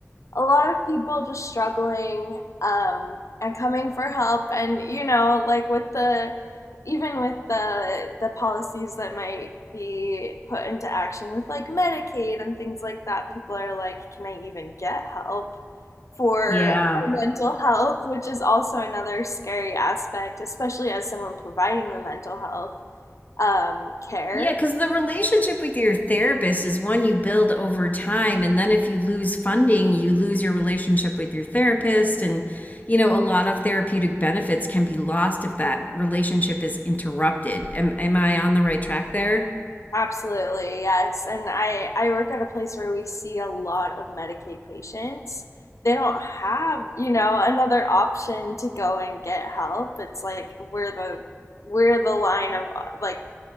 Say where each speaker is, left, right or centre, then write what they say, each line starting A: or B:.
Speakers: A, on the left; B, on the left.
A: a lot of people just struggling um, and coming for help and you know like with the even with the the policies that might be put into action with like medicaid and things like that people are like can i even get help for
B: Yeah.
A: my mental health which is also another scary aspect especially as someone providing the mental health um, care
B: Yeah, because the relationship with your therapist is one you build over time. And then if you lose funding, you lose your relationship with your therapist. And, you know, a lot of therapeutic benefits can be lost if that relationship is interrupted. Am, am I on the right track there?
A: Absolutely, yes. And I I work at a place where we see a lot of Medicaid patients. They don't have, you know, another option to go and get help. It's like we're the we're the line of uh, like